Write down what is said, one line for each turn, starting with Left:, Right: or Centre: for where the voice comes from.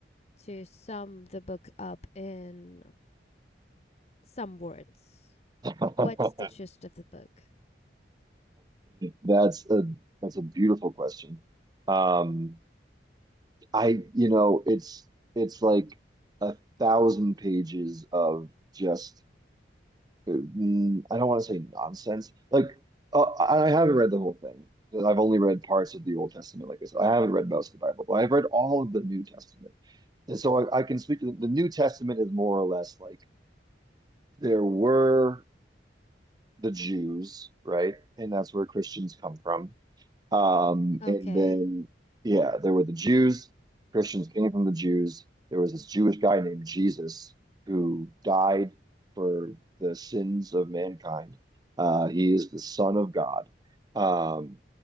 Left: to sum the book up in some words?
Right: <laughs>
Left: What's the gist of the book?
Right: That's a that's a beautiful question. Um, I, you know, it's it's like a thousand pages of just uh, mm, I don't want to say nonsense. Like uh, I haven't read the whole thing 'cause I've only read parts of the Old Testament. Like I said, I haven't read most of the Bible, but I've read all of the New Testament. And so I, I can speak to the, the New Testament is more or less like there were the Jews, right? And that's where Christians come from. Um,
Left: Okay.
Right: and then, yeah, there were the Jews. Christians came from the Jews. There was this Jewish guy named Jesus who died for the sins of mankind. Uh, he is the Son of God. Um,